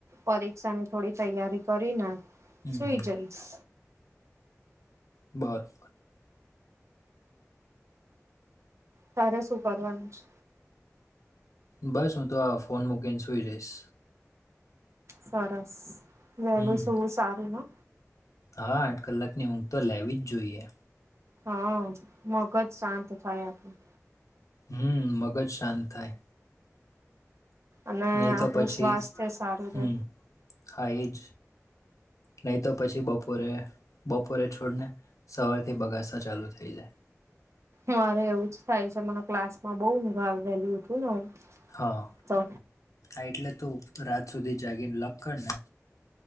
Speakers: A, on the right; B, on the left.
A: પરીક્ષાની થોડી તૈયારી કરીને
B: હમ,
A: સુઈ
B: હમ.
A: જઈશ.
B: બરોબર.
A: તારે શું કરવાનું છે.
B: બસ હું તો આ ફોન મૂકીને સુઈ જઈશ.
A: સરસ વહેલું
B: હમ.
A: સૂવું સારું હો.
B: હા આઠ કલાકની ઊંઘ તો લેવી જ જોઈએ.
A: હા મગજ શાંત થાય આપણૂં.
B: હમ્મ મગજ શાંત થાય.
A: અને
B: નહી તો
A: આપણું
B: પછી
A: સ્વાસ્થ્ય સારું
B: હમમ.
A: રે
B: હા એજ નહીં તો પછી બપોરે, બપોરે છોડને સવારથી બગાસાં ચાલુ થઈ જાય.
A: મારે એવું જ થાય છે મને ક્લાસ માં બઉ ઊંઘ આવે વહેલી ઉઠું ને હું
B: હા
A: તો
B: આ એટલે તું રાત સુધી જાગીને લખ કર ને.